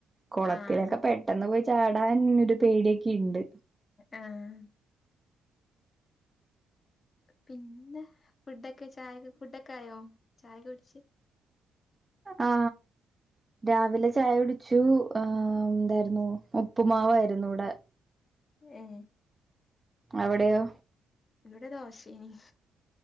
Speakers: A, on the right (about 20°); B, on the left (about 40°).
A: കൊളത്തിലൊക്കെ
B: ആഹ്
A: പെട്ടെന്ന് പോയ് ചാട് ടാനൊരു പേടിയൊക്കെ ഇണ്ട്
B: ആഹ് പിന്നെ ഫുഡൊക്കെ ചായ ഫുഡൊക്കെ ആയോ ചായ കുടിച്ച്
A: ആ രാവിലെ ചായ കുടിച്ചു ശൂ ആ എന്തായിരുന്നു? ഉപ്പുമാവായിരുന്നു ഇവടെ.
B: ഏ
A: എവടെയോ
B: ഇവടെ ദോശേനി